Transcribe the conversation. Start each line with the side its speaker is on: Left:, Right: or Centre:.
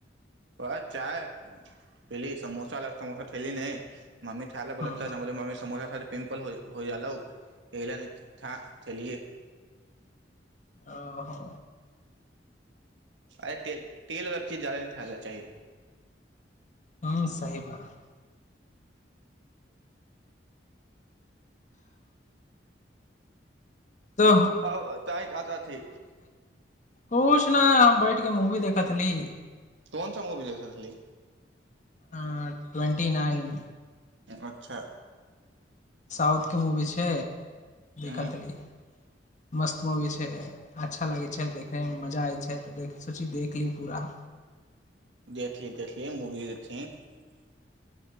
Right: ओ चाह पी समोसा समोसा ठैली नहि मामी खायेलै
Left: ह
Right: बोलखीन हाय टहालीयै मामी समसा पिमपल हो जालौ एहिले ठा ठेलियै
Left: ओहो
Right: अरे तेल तेल वला चीज जादा नहि खेल चाही
Left: हँ साहि बात तऽ
Right: आ तहि ताथी
Left: कछु नहि बैटिके मुवी देखत ह नी
Right: कोन सा मूवी देख रहली
Left: हूं ट्वेन्टी नइन
Right: अच्छा
Left: साउथके मूवी छै
Right: ह
Left: कातिली मस्त चबीस हे अच्छा लगै छै देखैमे मजा जायै छै तऽ देख सोची देख ली पूरा
Right: देखली देखली मूवी देखथिन